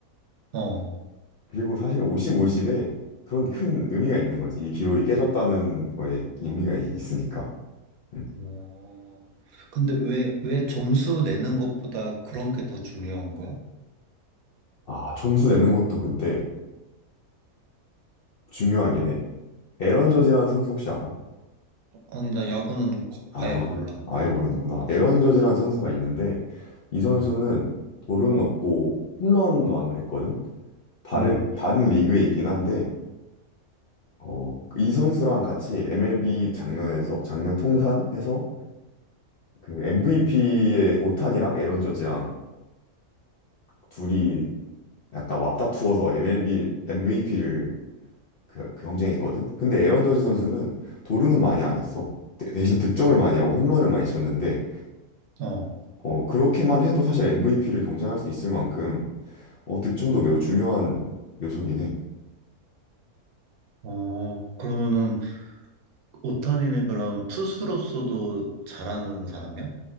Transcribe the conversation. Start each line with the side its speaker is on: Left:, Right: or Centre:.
Right: 어.
Left: 그리고 사실 50, 50에 그런 큰 의미가 있는 거지. 이 기록이 깨졌다는 거에 의미가 이- 있으니까. 음.
Right: 어, 근데 왜, 왜 점수 내는 것보다 그런 게 더 중요한 거야?
Left: 아, 점수 내는 것도 근데 중요하긴 해. 에런 저지라는 선수 혹시 알아?
Right: 아니, 나 야구는 거-
Left: 아,
Right: 아예 몰라.
Left: 아예 모르는구나. 에런 저지라는 선수가 있는데, 이 선수는
Right: 응
Left: 볼은 없고 홈런 왕을 했거든? 다른,
Right: 응,
Left: 다른 리그에 있긴 한데, 어, 이 선수랑 같이 MLB 작년에서, 작년 통산해서 그 MVP의 오탄이랑 에런 저지랑 둘이 약간 맞다투어서 MLB MVP를 그, 그 경쟁했거든. 근데 에런 저지 선수는
Right: 응,
Left: 도루는 많이 안 했어. 대- 대신 득점을 많이 하고 홈런을 많이 쳤는데
Right: 어.
Left: 어 그렇게만 해도 사실 MVP를 경쟁할 수 있을 만큼 어 득점도 매우 중요한 요소긴 해.
Right: 어, 그러면은, 오타니는 그럼 투수로서도 잘하는 사람이야?